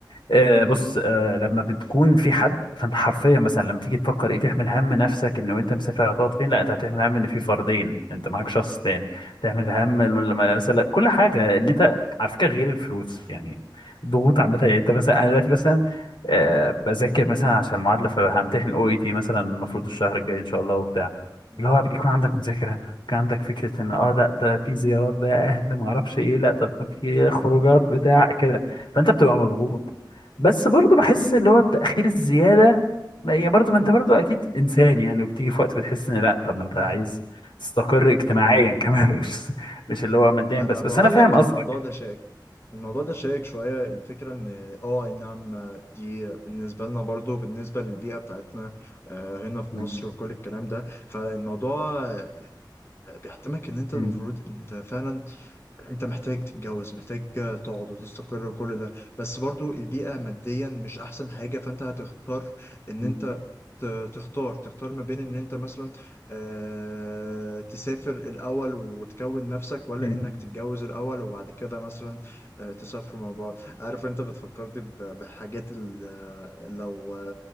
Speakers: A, on the left; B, on the left.
A: آه، بص آه، لما بتكون في حد فانت حرفيا مثلا لما تيجي تفكر ايه تحمل هم نفسك انه انت مسافر هتقعد فين لا انت هتحمل هم ان في فردين انت معاك شخص تاني تحمل
B: ايوه
A: هم الم-
B: ايوه
A: مثلا كل حاجه ان انت على فكره غير الفلوس يعني ضغوط عامه يعني انت مثلا انا دلوقتي مثلا آه، بذاكر مثلا عشان المعادله فهمتحن او اي تي مثلا المفروض الشهر الجاي ان شاء الله وبتاع
B: مم.
A: اللي هو بيكون عندك مذاكره كان عندك فكره ان اه لا ده في زيارات بقى اهل ما اعرفش ايه لا طب في خروجات بتاع كده فانت بتبقى مضغوط بس برضو بحس اللي هو التأخير الزيادة ما هي برضو ما انت برضو اكيد انسان يعني وبتيجي في وقت بتحس ان لا طب ما انت
B: <laughs>
A: عايز تستقر اجتماعيا كمان <laughs> مش مش اللي هو ماديا
B: ما
A: بس
B: انا بقول
A: بس انا فاهم
B: لك
A: قصدك
B: الموضوع ده شائك الموضوع ده شائك شوية الفكرة ان اه اي نعم آه، دي بالنسبة لنا برضو بالنسبة للبيئة بتاعتنا آه، هنا في
A: مم.
B: مصر وكل الكلام ده فالموضوع آه، بيحتمك ان انت
A: مم.
B: المفروض ان انت فعلا انت محتاج تتجوز محتاج تقعد وتستقر وكل ده بس برضو البيئة ماديا مش احسن حاجة فانت هتختار ان
A: مم.
B: انت ت- تختار تختار ما بين ان انت مثلا آه، تسافر الاول وتكون نفسك ولا
A: مم.
B: انك تتجوز الاول وبعد كده مثلا آه، تسافروا مع بعض عارف انت بتفكرني ب- بحاجات ال- لو